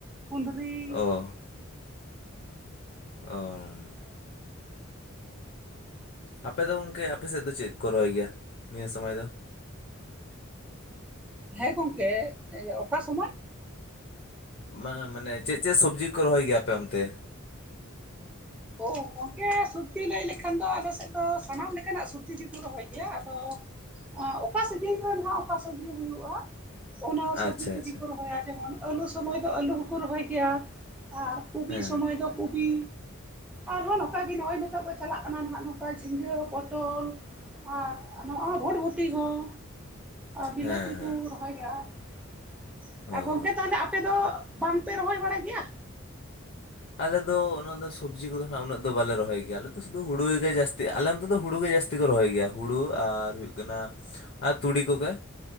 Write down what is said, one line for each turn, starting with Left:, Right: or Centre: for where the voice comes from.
Centre: ᱠᱩᱸᱫᱽᱨᱤᱼᱼ
Left: ᱚᱻ ᱚᱻ ᱟᱯᱮ ᱫᱚ ᱜᱚᱝᱠᱮ ᱟᱯᱮ ᱥᱮᱫ ᱫᱚ ᱪᱮᱫ ᱠᱚ ᱨᱚᱦᱚᱭ ᱜᱮᱭᱟ ᱱᱤᱭᱟᱹ ᱥᱚᱢᱚᱭ ᱫᱚᱼᱼ
Centre: ᱦᱮᱸ ᱜᱚᱝᱠᱮ ᱚᱠᱟ ᱥᱚᱢᱚᱭᱼᱼ
Left: ᱵᱟᱝᱼᱟ ᱢᱟᱱᱮ ᱪᱮᱫ ᱪᱮᱫ ᱥᱚᱵᱽᱡᱤ ᱠᱚ ᱨᱚᱦᱚᱭ ᱜᱮᱭᱟ ᱟᱯᱮ ᱚᱱᱛᱮ?
Centre: ᱳ ᱜᱚᱝᱠᱮ ᱥᱚᱵᱽᱡᱤ ᱞᱟᱹᱭ ᱞᱮᱠᱷᱟᱱ ᱫᱚ ᱟᱞᱮ ᱥᱮᱫ ᱫᱚ ᱥᱟᱱᱟᱢ ᱞᱮᱠᱟᱱᱟᱜ ᱥᱚᱵᱽᱡᱤ ᱜᱮ ᱠᱚ ᱨᱚᱦᱚᱭ ᱜᱮᱭᱟ ᱟᱫᱚᱼᱼ ᱮᱸ ᱚᱠᱟ ᱥᱤᱡᱤᱱ ᱨᱮ ᱱᱟᱦᱟᱜ ᱚᱠᱟ ᱥᱚᱵᱽᱡᱤ ᱦᱩᱭᱩᱜ-ᱟ ᱚᱱᱟ ᱥᱚᱵᱽᱡᱤ
Left: ᱟᱪᱪᱷᱟ
Centre: ᱠᱚᱜᱤ
Left: ᱟᱪᱪᱷᱟ
Centre: ᱠᱚ ᱨᱚᱦᱚᱭᱟ ᱡᱮᱢᱚᱱ ᱟᱹᱞᱩ ᱥᱚᱢᱚᱭ ᱫᱚ ᱟᱹᱞᱩ ᱦᱩᱠᱩ ᱨᱚᱦᱚᱭ ᱜᱮᱭᱟ ᱟᱨᱼᱼ ᱠᱩᱯᱤ
Left: ᱦᱮᱸ
Centre: ᱥᱚᱢᱚᱭ ᱫᱚ ᱠᱩᱯᱤᱼᱼ ᱟᱨ ᱦᱚᱸ ᱱᱚᱝᱠᱟᱜᱤ ᱱᱚᱜ-ᱚᱭ ᱱᱤᱛᱚᱜ ᱫᱚ ᱪᱟᱞᱟᱜ ᱠᱟᱱᱟ ᱱᱟᱜ ᱱᱚᱠᱟ ᱡᱷᱤᱸᱜᱟᱹ ᱯᱚᱴᱚᱞ ᱟᱨᱼᱼ ᱱᱚᱣᱟ ᱵᱷᱳᱴ ᱵᱷᱚᱴᱤ ᱦᱚᱸ ᱵᱤᱞᱟᱹᱛᱤ
Left: ᱦᱮᱸ ᱦᱮᱸ
Centre: ᱠᱚ ᱨᱚᱦᱚᱭ ᱜᱮᱭᱟ
Left: ᱚ
Centre: ᱜᱚᱝᱠᱮ ᱛᱟᱦᱞᱮ ᱟᱯᱮ ᱫᱚ ᱵᱟᱝ ᱯᱮ ᱨᱚᱦᱚᱭ ᱵᱟᱲᱟᱭ ᱜᱮᱭᱟ
Left: ᱟᱞᱮ ᱫᱚ ᱚᱱᱟ ᱫᱚ ᱥᱚᱵᱽᱡᱤ ᱠᱚ ᱫᱚ ᱦᱟᱸᱜ ᱩᱱᱟᱹᱜ ᱫᱚ ᱵᱟᱞᱮ ᱨᱚᱦᱚᱭ ᱜᱮᱭᱟ ᱟᱞᱮ ᱫᱚ ᱥᱩᱫᱩ ᱦᱩᱲᱩ ᱜᱮ ᱡᱟᱹᱥᱛᱤ ᱟᱞᱮ ᱚᱱᱛᱮ ᱫᱚ ᱦᱩᱲᱩ ᱜᱮ ᱡᱟᱹᱥᱛᱤᱼᱼ ᱡᱟᱹᱥᱛᱤ ᱠᱚ ᱨᱚᱦᱚᱭ ᱜᱮᱭᱟ ᱦᱩᱲᱩ ᱟᱨ ᱦᱩᱭᱩᱜ ᱠᱟᱱᱟ ᱟᱨ ᱛᱩᱲᱤ ᱠᱚ ᱜᱮ